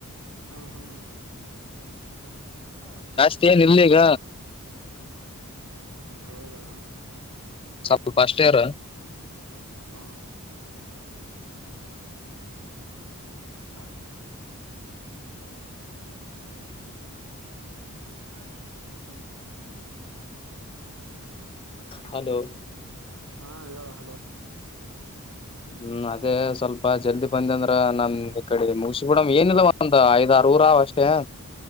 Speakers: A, on the right (about 70°); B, on the left (about 25°).
A: ಹಾ ಹಾ ಹಾ
B: ತ್ತಏನ್ ಇಲ್ಲಗ
A: ಹೌದಾ
B: ಸ್ವಲ್ಪ ಅಷ್ಟ ಇರ
A: ಹ <inaudible> ಹಾ
B: ಹಲೋ
A: ಹಾ ಹೇಳ ಹಾಗ
B: ಹ್ಮ್ ಅದೇ ಸ್ವಲ್ಪ ಜಲ್ದಿ ಬಂದ ಅಂದ್ರ ನಮ ಕಡೆ ಮುಗಸ ಬಿಡಮ್ ಏನಿಲ್ಲ ಒಂದ್ ಐದ್ ಆರುೂರ ಅಷ್ಟೇ